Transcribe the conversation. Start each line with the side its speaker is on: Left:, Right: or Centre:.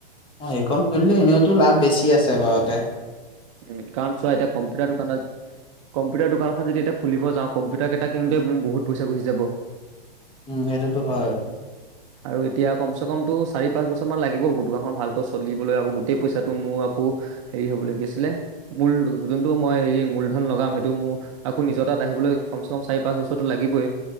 Left: অ সেইখন খুলিলো এনেওতো লাভ বেছি আছে বাৰতে।
Right: উম কাৰণ চোৱা এতিয়া কম্পিউটাৰটো দোকানত কম্পিউটাৰ দোকানখন যদি এতিয়া খুলিব যাওঁ কম্পিউটাৰ কেইটা কিন্তু বহুত পইচা গুচি যাব।
Left: উম সেইটোতো হয়।
Right: আৰু এতিয়া কম চে কমতটো চাৰি পাঁচ বছৰ মান লাগিব দোকানখন ভালকৈ চলিবলৈ আকৌ গোটেই পইচাটো মোৰ আকৌ হেৰি হ'ব। যোনটো মই হেৰি মূলধন লগাম সেইটো মোৰ আকৌ নিজৰ তাত আহিব কমচেকম চাৰি পাঁচ বছৰটো লাগিবই।